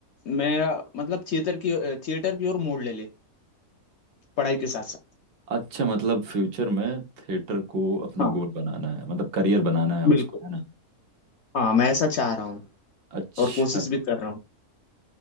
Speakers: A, on the left (about 65°); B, on the right (about 85°).
A: मैं अ, मतलब थिएटर की थिएटर की ओर मोड़ ले ले पढ़ाई के साथ साथ
B: अच्छा मतलब फ्यूचर में थिएटर को अपना
A: हाँ
B: गोल बनाना है मतलब करियर बनाना है
A: बिल्कुल
B: उसको है ना
A: हाँ मैं ऐसा चाह रहा हूँ
B: अच्छा
A: और कोशिश भी कर रहा हूँ